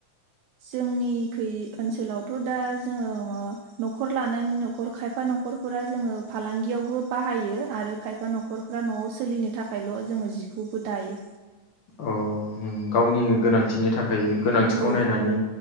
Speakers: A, on the right; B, on the left.
A: जोंनि खै ओनसोलावथ' दा जोङो न'खर लानायनि न'खर खायफा न'खरफोरा जोङो फालांगियावबो बाहायो आरो खायफा न'खरफ्रा न'आव सोलिनो थाखायल' जोङो जिखौबो दायो।
B: अ उम गावनि गोनांथिनि था थाखाय गोनांथिखौ
A: औ
B: नायनानै